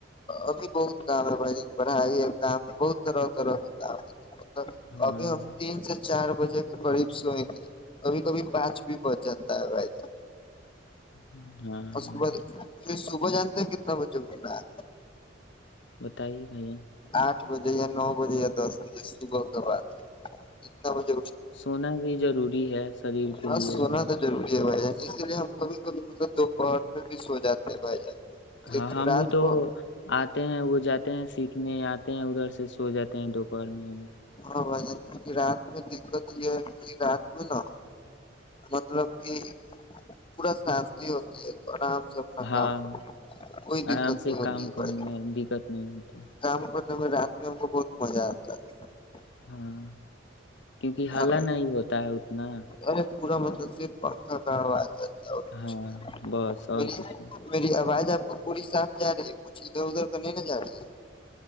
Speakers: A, on the left; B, on the left.
A: ابھی بہت کام ہے بھ جن پڑھائی ہے کام ہے بہت طرح طرح کے کام ہے
B: ہاں
A: ابھی
B: ہاں
A: ہم تین سے چار بجے کے قریب سوئ کے کبھی کبھی پانچ بھی بچ جاتا ہے بھائی جان
B: بھائی
A: اور صب
B: جان،
A: رہ پ صبح جانتے ہیں کتنا بجے اٹھنا ہے
B: بتائیے بھیا
A: آٹھ بجے یا نو بجے یا دس بجے صبح کے بعد کتنا بجے
B: سونا بھی ضروری ہے شریر کے
A: ہ
B: لیے
A: سونا
B: بھائی جان
A: تو جروری ہے بائی اسی لیے ہم کبھی کبھی مطلب دوپہر میں بھی سو جاتے ہیں بھائی جان
B: ہاں ہم
A: رات
B: بھی تو
A: کو
B: آتے ہیں وہ جات ہیں سیکھنے آتے ہیں ادھر سے سو جاتے ہیں دوپہر میں ہم
A: ہاں بھائی جان کیونکہ رات میں دقت یہ ہے کہ رات میں نا مطلب کہ پورا شانتی ہوتی ہے تو آرام اپنا
B: ہاں
A: کام کر کوئی
B: آرام
A: دت
B: سے
A: نہیں ہوتی
B: کام
A: ہے
B: کرنے
A: بھائی
B: میں دقت نہیں ہوتا
A: کام کر رات میں ہم کو بہت مزہ آتا ہے
B: ہاں کیونکہ حالا
A: سمجھے
B: نہیں ہوتا ہے اتنا
A: ارے پورا مطلب سے پرکھا کا آواز ہے اورچ
B: ہاں بس اور
A: می
B: کچھ
A: میری آواز آپ <unintelligible> وہ پوری صاف جا رہی ہے کچھ ادھر ادھر کرنے نہ جا رہی